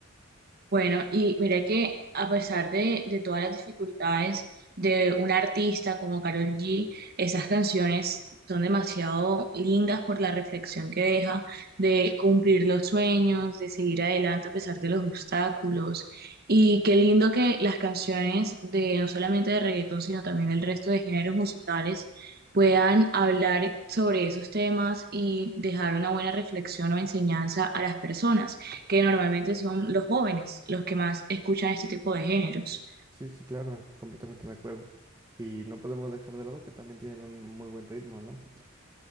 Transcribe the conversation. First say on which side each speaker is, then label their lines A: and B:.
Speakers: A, on the right; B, on the right.
A: Bueno, y mira que a pesar de, de todas las dificultades de un artista como Karol G, esas canciones son demasiado lindas por la reflexión que deja de cumplir los sueños, de seguir adelante a pesar de los obstáculos. Y qué lindo que las canciones de no solamente de reggaetón, sino también del resto de géneros musicales puedan hablar sobre esos temas y dejar una buena reflexión o enseñanza a las personas que normalmente son los jóvenes los que más escuchan este tipo de géneros.
B: Sí, sí, claro, completamente de acuerdo. Y no podemos dejar de lado que también tienen un muy buen ritmo, ¿no?